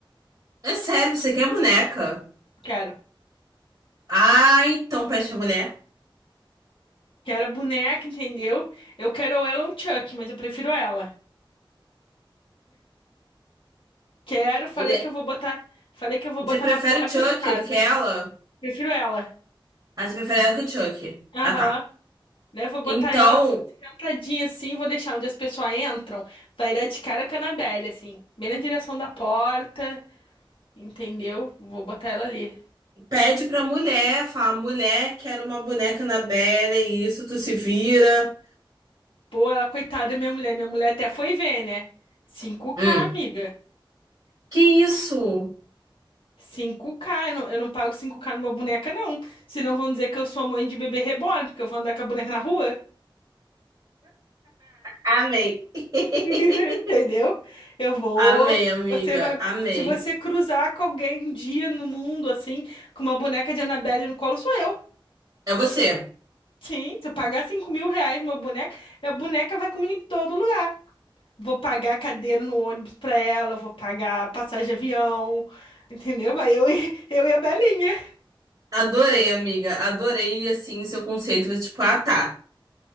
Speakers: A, on the right (about 55°); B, on the left (about 80°).
A: É sério, você quer boneca?
B: Quero.
A: Ah, então peste a mulher.
B: Quero a boneca, entendeu? Eu quero ou ela ou um Chuck, mas eu prefiro ela. Quero, falei
A: Le-
B: que eu vou botar, falei que eu vou
A: Você
B: botar
A: prefere
B: na porta
A: o Chuck
B: de casa.
A: do que ela?
B: Prefiro ela.
A: Ah, você prefere ela que o Chuck.
B: Aham.
A: Ah, tá.
B: Né, eu vou botar
A: Então,
B: ela sentadinha assim, vou deixar onde as pessoas entram. Vai dar de cara com a Annabelle, assim, bem na direção da porta, entendeu? Vou botar ela ali.
A: pede pra mulher, fala, mulher, quero uma boneca na Bela, é isso, tu se vira.
B: Pô, ela, coitada da minha mulher. Minha mulher até foi ver, né? Cinco k
A: Hum.
B: amiga.
A: Que isso?
B: Cinco k Eu não, eu não pago cinco k numa boneca, não. Senão vão dizer que eu sou mãe de bebê reborn, porque eu vou andar com a boneca na rua.
A: <laughs> amei. <laughs>
B: <laughs> Entendeu? Eu vou.
A: Amei, amiga,
B: Você vai.
A: amei.
B: Se você cruzar com alguém um dia no mundo, assim, com uma boneca de Annabelle no colo, sou eu.
A: É você.
B: Sim, se eu pagar 5 mil reais numa boneca, a boneca vai comigo em todo lugar. Vou pagar cadeira no ônibus pra ela, vou pagar passagem de avião, entendeu? Vai eu e, eu e a Belinha.
A: Adorei, amiga. Adorei, assim, seu conceito. Tipo, ah, tá.